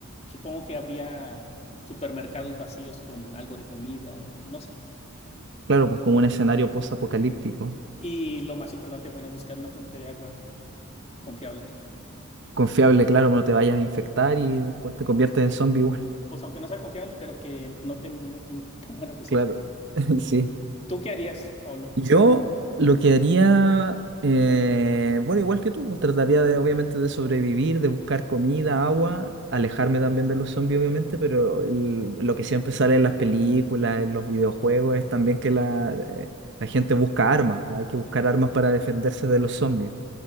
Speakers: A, on the left (about 30°); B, on the right (about 55°).
A: supongo que habría supermercados vacíos con algo de comida o no sé.
B: Claro, pues como un escenario post-apocalíptico.
A: Y lo más importante, bueno, buscar una fuente de agua confiable.
B: Confiable, claro, no te vayas a infectar y después te conviertes
A: Pu- pu-
B: en zombie igual.
A: Pues aunque no sea confiable, pero que no te, mu- <laughs> no te mueras de sed.
B: Claro, <laughs> sí.
A: ¿Tú qué harías, Pablo?
B: Yo lo que haría, eh, bueno, igual que tú, pues, trataría de, obviamente, de sobrevivir, de buscar comida, agua, alejarme también de los zombies, obviamente, pero el- lo que siempre sale en las películas, en los videojuegos, es también que la, eh, la gente busca armas, pues, hay que buscar armas para defenderse de los zombies.